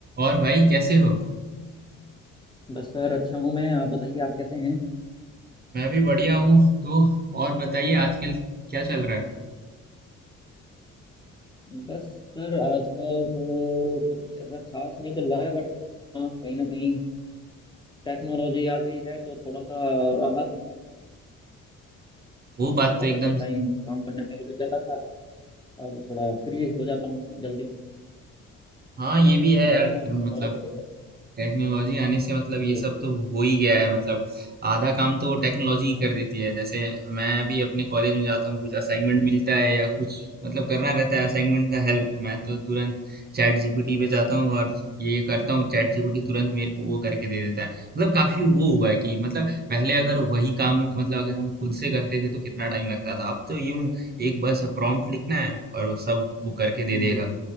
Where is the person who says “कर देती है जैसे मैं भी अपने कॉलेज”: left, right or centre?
Right